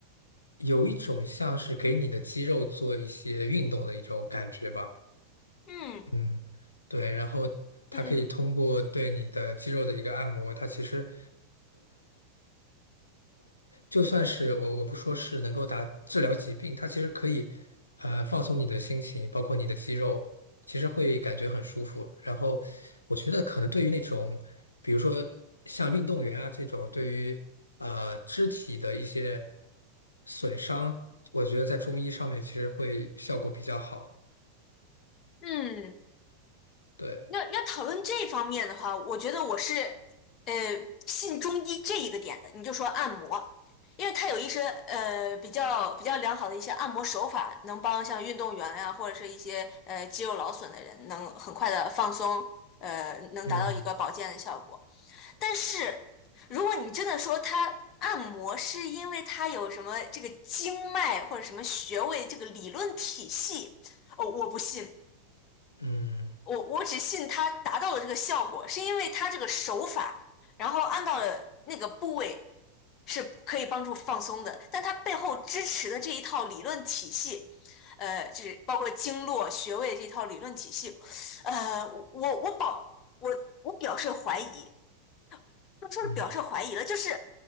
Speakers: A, on the left (about 80°); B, on the left (about 35°).
A: 有一种像是给你的肌肉做一些运动的一种感觉吧。
B: 嗯
A: 嗯，对，然后它可以通过对你的肌肉的一个按摩，
B: 嗯
A: 它其实。就算是我我不说是能够达治疗疾病，它其实可以，呃，放松你的心情，包括你的肌肉，其实会感觉很舒服。然后，我觉得可能对于那种，比如说像运动员啊这种，对于呃肢体的一些损伤，我觉得在中医上面其实会效果比较好。
B: 嗯。
A: 对，
B: 要要讨论这方面的话，我觉得我是呃信中医这一个点的。你就说按摩，因为它有一些呃比较比较良好的一些按摩手法，能帮像运动员呀、或者是一些呃肌肉劳损的人，能很快的放松，呃，能达到一个保健的效果。
A: 嗯
B: 但是如果你真的说它按摩是因为它有什么这个经脉或者什么穴位这个理论体系，哦，我不信。
A: 嗯
B: 我我只信它达到了这个效果，是因为它这个手法，然后按到了那个部位是可以帮助放松的，但它背后支持的这一套理论体系，呃，就是包括经络穴位这套理论体系，呃，我我保我我表示怀疑，他说是表示怀疑了，
A: 嗯，
B: 就是